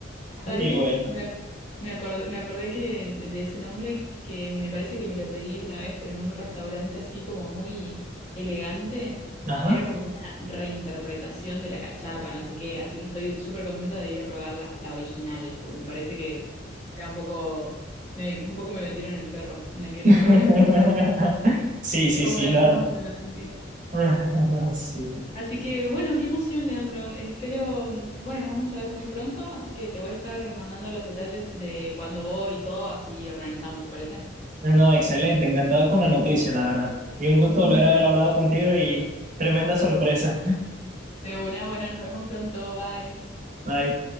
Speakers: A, on the left; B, on the right.
A: ¿Sabes
B: Y
A: qué?
B: bueno.
A: Me, ac- me acordé, me acordé que de ese nombre que me parece que me lo pedí una vez, pero en un restaurante así como muy elegante.
B: Ajá.
A: Era como una reinterpretación de la cachapa, no sé qué. Así que estoy súper contenta de ir a probarla, la original, porque me parece que era un poco, me, un poco me vendieron el perro en aquel
B: <laughs>
A: restaurante,
B: Sí,
A: <laughs>
B: sí,
A: como
B: sí,
A: decimos
B: no, no.
A: en Argentina.
B: <laughs> Sí.
A: Así que bueno, qué emoción, Leandro. Espero, mm, bueno, nos vamos a ver muy pronto, así que te voy a estar mandando los detalles de cuándo voy y todo, así organizamos, ¿te parece?
B: No, no, excelente, encantado con la noticia, la verdad. Y un gusto
A: <laughs>
B: volver a haber hablado contigo y tremenda sorpresa.
A: De una, bueno, nos vemos pronto, bye.
B: <laughs> Bye.